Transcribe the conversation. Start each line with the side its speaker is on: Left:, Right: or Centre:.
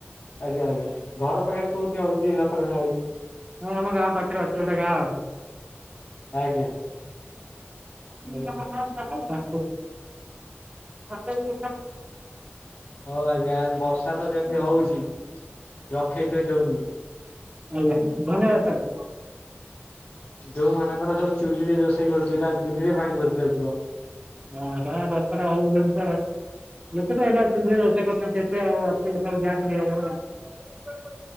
Left: ଆଜ୍ଞା ଆଜ୍ଞା ଘର ପାଖରେ କୋଉଠି ହଉଚି ରଥଟେଣା ହଉ
Right: ହଁ ଆମ ଗାଁ ପାଖରେ ଅଛି ଗୋଟେ ଗାଁ ଆଉ।
Left: ଆଜ୍ଞା।
Right: ଅଇଥା ଆଉ କଁ କୁହ।
Left: ହଁ ଆଜ୍ଞା ବର୍ଷା ତ ଯେମିତି ହଉଚି ରଖେଇ ଥୋଇ ଦଉନି।
Right: ଆଜ୍ଞା ଧନ୍ୟବାଦ ସାର୍।
Left: ଯୋଉମାନଙ୍କର ସବୁ ଚୁଲିରେ ରୋଷେଇ କରୁଥୁବେ ତାଙ୍କ ଚୁଲିରେ ପାଣି ପସି ଯାଉଥୁବ।
Right: ହଁ ଟା ଦସ୍ତଟା ହଉଚି ସେମିତି ଆଉ। ଲୋକେ ତ ଏବେ‌ ଆଉ ଚୁଲିରେ ରୋଷେଇ କରୁନାହାନ୍ତି ଏତେ ଆଉ ଅଛି ଏଥର ଗ୍ୟାସ୍ ନେଇଆଇଲେଣି ନାଁ।